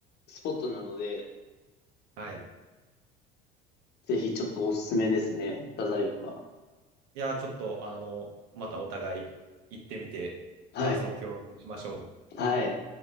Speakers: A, on the left (about 55°); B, on the right (about 85°).
A: スポットなので、
B: はい。
A: ぜひちょっとおすすめですね。太宰府は。
B: いや、ちょっと、あの、またお互い行ってみて、
A: はい。
B: 感想を共有しましょう。
A: はい。